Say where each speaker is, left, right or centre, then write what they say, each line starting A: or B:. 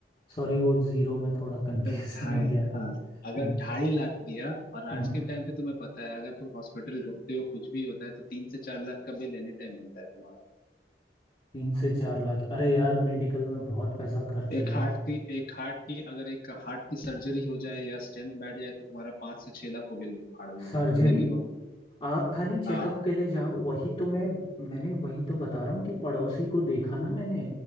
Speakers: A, on the left; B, on the left.
A: सॉरी वो जीरो में थोड़ा कंफ्यूजन
B: तो ढाई
A: हो गया
B: हाँ
A: था
B: अगर
A: हम्म
B: ढाई लाख दिया और
A: हम्म
B: आज के टाइम पे तुम्हें पता है अगर तुम हॉस्पिटल ढुकते हो कुछ भी होता है तो तीन से चार लाख का बिल एनी टाइम बनता है तुम्हारा
A: तीन से चार लाख अरे यार मेडिकल में बहुत पैसा खर्च
B: एक
A: है
B: हार्ट की एक हार्ट की अगर एक हार्ट की सर्जरी हो जाए या स्टेंट बैठ जाए तो तुम्हारा पांच से छह लाख को बिल फाड़ देंगे
A: सर्जरी
B: मिनिमम
A: आप खाली चेकअप
B: हाँ
A: के लिए जाओ वही तो मैं मैंने वही तो बता रहा हूँ कि पड़ोसी को देखा ना मैंने